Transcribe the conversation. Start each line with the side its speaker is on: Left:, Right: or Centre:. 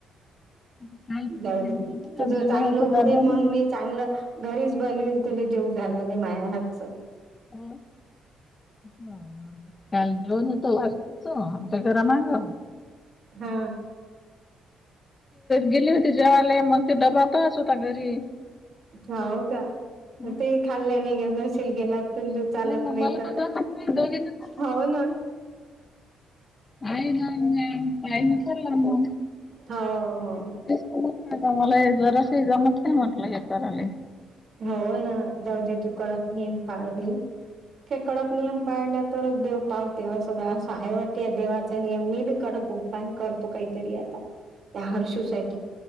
Left: काय
Right: जाऊ
Left: तिकडे गेलते
Right: दे तुझ चांगलं
Left: जेवण होतं
Right: होते
Left: दादानी
Right: मग मी चांगलं घरीच बनविल तुला जेव घालाले माया हातच.
Left: ह हा काल घेऊन होतो वाजत तो आमच्या घरा मागा
Right: हा
Left: गेली होती जेवाला मग ते दडबाातच होता घरी
Right: हो का
Left: मग
Right: ते खाल्लं नाही नशि गेला पिल्लू चालत
Left: मग
Right: नाही
Left: मला
Right: तर
Left: जमत नाही दोघींना खायला
Right: हो ना
Left: नाहीय ना कायमचला ना
Right: हो हो
Left: म्हट का मला जरासजमत नाही म्हटलं हे करायला
Right: हो ना जाऊ दे तू कडक नियम पाळवे कडक नियम पाळल्या तरच देव पावते अस सगळ असं आहे वाटते या देवाचा नि मी बी कडक उपाय करतो काहीतरी आता त्या हर्षू सा